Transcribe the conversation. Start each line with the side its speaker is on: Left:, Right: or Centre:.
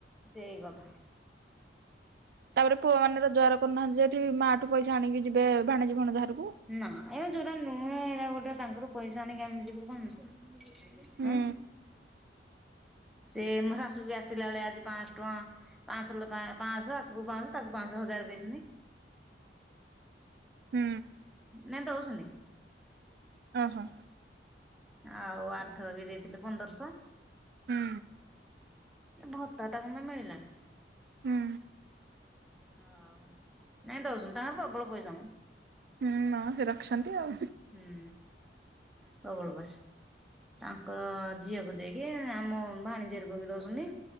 Centre: ସେଇ କଥା।
Right: ତାପରେ ପୁଅ ମାନେ ରୋଜଗାର କରୁନାହାନ୍ତି ଯେ ଏଠି ମା ଠୁ ପଇସା ଆଣିକି ଯିବେ ଭାଣିଜୀ ଭଣଜା ଘରକୁ।
Centre: ନା ଏବେ ଯୋଉରା ନୁହେଁ ଏଇରା ଗୋଟେ ତାଙ୍କର ପଇସା ଆଣିକି ଆମେ ଯିବୁ କଣ।
Right: ହୁଁ
Centre: ଉଁ? ସେ ମୋ ଶାଶୁ ବି ଆସିଲା ବେଳେ ଆଜି ପାଆଁଶ ଟଙ୍କା ପାଆଁଶ ପାଆଁଶ ଆକୁ ପା ତାକୁ ପାଆଁଶ ହଜାର ଦେଇଚନ୍ତିି।
Right: ହୁଁ।
Centre: ନାଇଁ ଦଉଚନ୍ତି।
Right: ଓହୋ।
Centre: ଆଉ ଆର୍ଥର ବି ଦେଇଥିଲେ ପନ୍ଦରଶହ।
Right: ହୁଁ।
Centre: ଏ ଭତ୍ତା ତାକୁ ତ ମିଳିଲାନି।
Right: ହୁଁ।
Centre: ହ ନାଇଁ ଦଉଚନ୍ତି ତାଙ୍କର ପ୍ରବଳ ପଇସା ମ।
Right: ହୁଁ ହଁ ସେ ରଖିଛନ୍ତି ଆଉ
Centre: ହୁଁ ପ୍ରବଳ ପଇସା। ତାଙ୍କର ଝିଅକୁ ଦେଇକି ଆମ ଭାଣିଜୀ ହରିକା କୁ ଦଉଛନ୍ତି।